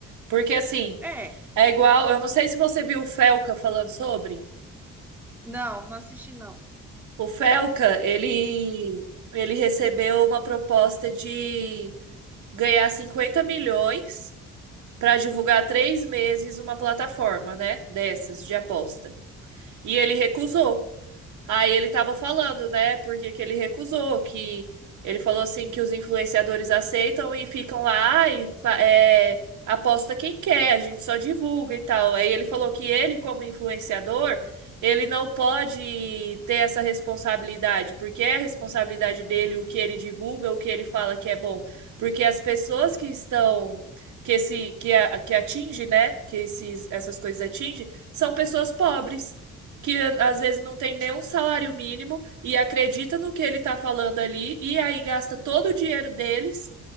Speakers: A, on the right; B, in the centre.
A: Porque assim,
B: É,
A: é igual, eu não sei se você viu o Felca falando sobre.
B: não, não assisti não.
A: O Felca, ele ele recebeu uma proposta de ganhar 50 milhões para divulgar três meses uma plataforma, né, dessas de aposta. E ele recusou. Aí ele tava falando, né, porque que ele recusou, que ele falou assim que os influenciadores aceitam e ficam lá e fa- é, aposta quem quer, a gente só divulga e tal. Aí ele falou que ele, como influenciador, ele não pode ter essa responsabilidade, porque é responsabilidade dele o que ele divulga, o que ele fala que é bom. Porque as pessoas que estão, que esse, que, a, que atinge, né, que esses, essas coisas atingem, são pessoas pobres que às vezes não tem nenhum salário mínimo e acredita no que ele tá falando ali e aí gasta todo o dinheiro deles